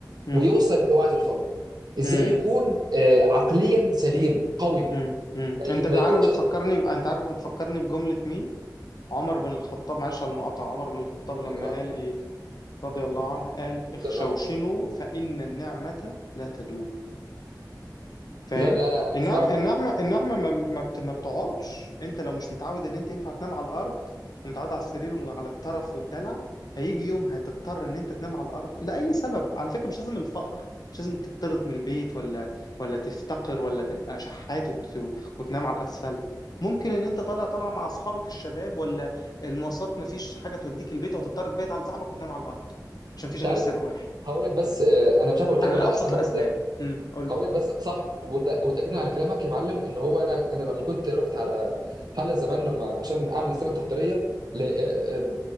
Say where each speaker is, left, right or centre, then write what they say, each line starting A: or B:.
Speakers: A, on the left (about 65°); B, on the right (about 65°).
A: مم.
B: ويوصل اللي هو عايز يوصل له ازاي
A: مم.
B: يكون آه، عقليا سليم قوي
A: امم امم
B: ما ي-
A: انت
B: ما
A: عارف
B: يكونش
A: بتفكرني
B: ضعيف
A: ب... انت عارف بتفكرني بجملة مين عمر بن الخطاب معلش على المقاطعة عمر بن الخطاب لما
B: ضعيف-
A: قال ايه رضي الله عنه قال اخشوشنوا
B: ضعيف.
A: فإن النعمة لا تدوم فاهم
B: والله انا انا
A: النعمة
B: جسمي اشعر
A: النعمة النعمة ما ما بت- ما بتقعدش انت لو مش متعود ان انت ينفع تنام على الارض ومتعود على السرير وعلى الطرف والدلع هيجي يوم هتضطر ان انت تنام على الارض لأي سبب على فكرة مش لازم الفقر مش لازم تطرد من البيت ولا ولا تفتقر ولا تبقى شحات وت... وتنام على الاسفلت ممكن ان انت طالع طالع مع اصحابك الشباب ولا المواصلات مفيش حاجة توديك البيت وهتضطر تبيت عند صاحبك وتنام على الارض عشان مفيش
B: انت
A: غير
B: عارف
A: سر واحد
B: هقول لك بس آه، انا مش عارف قلت
A: على
B: لك ولا
A: ابسط
B: لا الموقف
A: الاسباب
B: ده
A: امم قول
B: هقول لك بس صح وت- وتاكيدا على كلامك يا معلم ان هو انا انا لما كنت رحت على حلقه زمان لما عشان اعمل السنه التحضيريه ل... آه، آه،